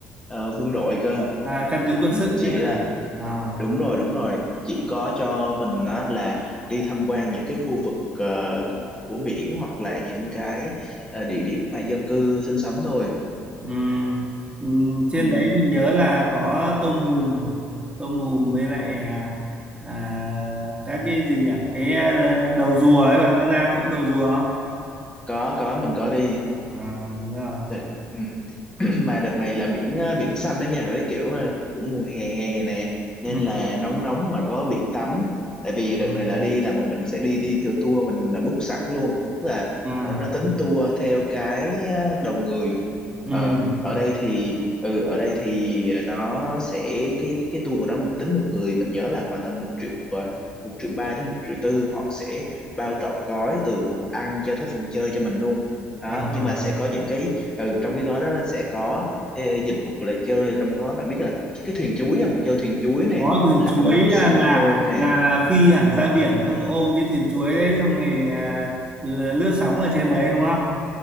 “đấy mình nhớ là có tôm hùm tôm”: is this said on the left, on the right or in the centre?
Right